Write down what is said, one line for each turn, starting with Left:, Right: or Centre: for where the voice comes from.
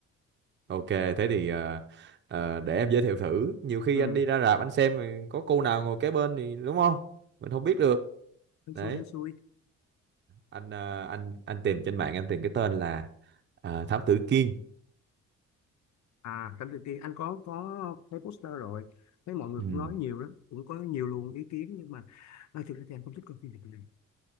Right: Ok, thế thì ờ, ờ, để em giới thiệu thử. Nhiều khi
Left: ừ
Right: anh đi ra rạp anh xem thì có cô nào ngồi kế bên thì đúng không? Mình không biết được.
Left: hên
Right: Đấy.
Left: xui hên xui
Right: <laughs> À, Anh ờ, anh anh tìm trên mạng anh tìm cái tên là ờ, Thám Tử Kiên.
Left: à cảnh tự tiên anh có có thấy poster rồi thấy mọi người
Right: Ừ,
Left: cũng nói nhiều lắm cũng có nhiều luồng ý kiến nhưng mà à, thực ra thì anh không thích coi phim Việt Nam